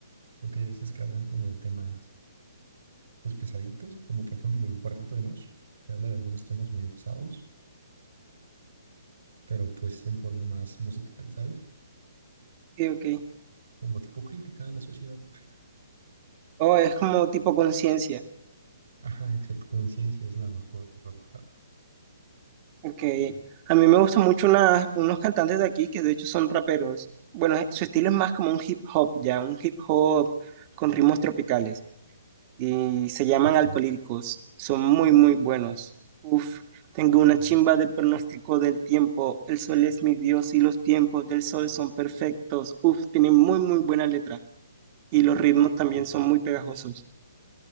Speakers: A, on the right (about 60°); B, on the right (about 30°).
A: Porque hay veces que hablan como de temas, pues pesaditos, como por ejemplo el Cuarteto de Nos, que habla de algunos temas medio pesados, pero pues en forma más musical, ¿sabes?
B: Ok, ok.
A: Como tipo crítica a la sociedad.
B: Oh, es como tipo conciencia.
A: Ajá, excepto conciencia es la mejor. ¿no?
B: Ok, a mí me gustan mucho una- unos cantantes de aquí que de hecho son raperos. Bueno, eh, su estilo es más como un hip hop, ya, un hip hop con ritmos tropicales. Y se llaman
A: Ok.
B: Alcolíricos. Son muy, muy buenos. Uf, tengo una chimba de pronóstico del tiempo. El sol es mi Dios y los tiempos del sol son perfectos. Uf, tienen muy, muy buena letra. Y los ritmos también son muy pegajosos.